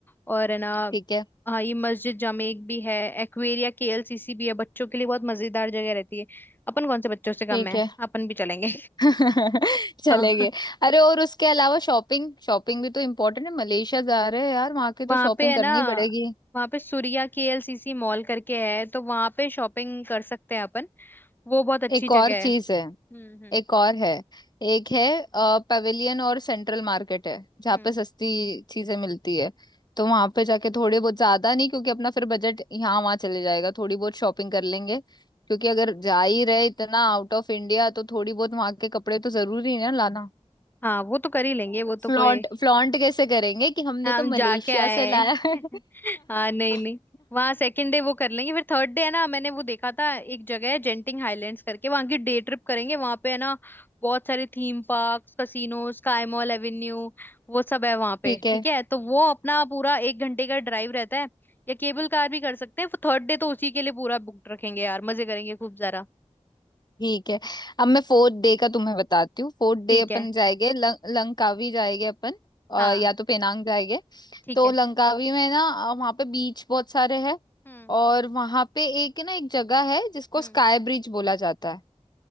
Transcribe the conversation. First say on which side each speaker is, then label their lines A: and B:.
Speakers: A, on the left (about 15°); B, on the left (about 35°).
A: और है ना
B: ठीक है
A: हाँ ये मस्जिद जामेक भी है एक्वेरिया केएलसीसी भी है बच्चों के लिए बहुत मजेदार जगह रहती है अपन कौन से बच्चों से कम
B: ठीक
A: है
B: है
A: अपन भी चलेंगे
B: <laughs> चलेंगे
A: <laughs> हाँ
B: अरे और उसके अलावा शॉपिंग शॉपिंग भी तो इम्पोर्टेंट है मलेशिया जा रहे हैं यार वहां की तो
A: वहां
B: शॉपिंग
A: पे है
B: करनी
A: ना
B: ही पड़ेगी
A: वहां पे सूर्या केएलसीसी मॉल करके है तो वहां पे शॉपिंग कर सकते हैं अपन वो बहुत अच्छी
B: एक और
A: जगह
B: चीज
A: है
B: है
A: हम्म हम्म
B: एक और है एक है अ, पवेलियन और सेंट्रल मार्केट है जहाँ
A: हम्म
B: पे सस्ती चीजें मिलती है तो वहां पे जाके थोड़े बहुत ज्यादा नहीं क्योंकि अपना फिर बजट यहाँ वहाँ चले जाएगा थोड़ी बहुत शॉपिंग कर लेंगे क्योंकि अगर जा ही रहे इतना आउट ऑफ इंडिया तो थोड़ी बहुत वहां के कपड़े तो जरूरी है ना लाना
A: हाँ वो तो कर ही लेंगे वो तो
B: फ्लॉन्ट
A: कोई
B: फ्लॉन्ट कैसे करेंगे कि हमने
A: हम
B: तो मलेशिया
A: जाके आए
B: से लाया है
A: हैं <laughs> हाँ नहीं नहीं
B: <laughs>
A: वहाँ सेकंड डे वो कर लेंगे फिर थर्ड डे है ना मैंने वो देखा था एक जगह है जेंटिंग हाइलैंड्स करके वहाँ की डे ट्रिप करेंगे वहाँ पे है ना बहुत सारे theme park casino sky mall avenue वो सब है वहाँ पे
B: ठीक है
A: ठीक है तो वो अपना पूरा एक घंटे का ड्राइव रहता है या केबल कार भी कर सकते हैं थर्ड डे तो उसी के लिए पूरा बुक रखेंगे यार मजे करेंगे खूब जरा
B: ठीक है अब मैं फोर्थ डे का तुम्हें बताती हूँ फोर्थ डे
A: ठीक
B: अपन
A: है
B: जाएंगे लं, लंकावी जाएंगे अपन और
A: हाँ
B: या तो पेनांग जाएंगे
A: ठीक
B: तो
A: है
B: लंकावी में ना अ, वहाँ पे बीच बहुत सारे हैं
A: हम्म
B: और वहाँ पे एक ना एक जगह है जिसको
A: हम्म
B: स्काई ब्रिज बोला जाता है